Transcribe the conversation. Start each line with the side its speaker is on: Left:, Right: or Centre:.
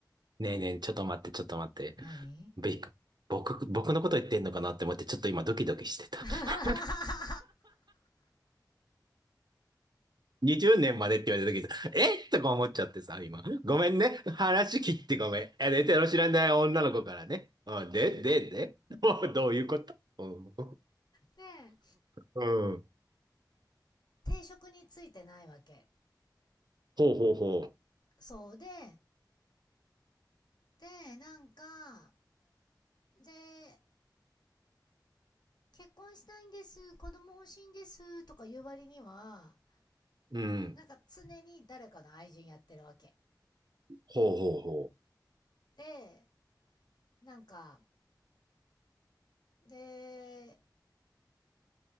Right: ねえねえ、ちょっと待って、ちょっと待って。
Left: 何
Right: べ僕、僕のこと言ってんのかなって思って、ちょっと今ドキドキしてた。
Left: <laughs>
Right: <laughs> 20年までって言われた時さえっとか思っちゃってさ、今。ごめんね。話切ってごめん。え、寝てる知らない女の子からね。うん、で、で、で。もうどういうことうん。
Left: で
Right: うん。
Left: 定職についてないわけ。
Right: ほうほうほ
Left: そうで、で、なんか、で、結婚したいんです、子供欲しいんです、とか言う割には、
Right: う。うん。
Left: なんか常に誰かの愛人やってるわけ。
Right: ほうほうほ
Left: で、なんか、で、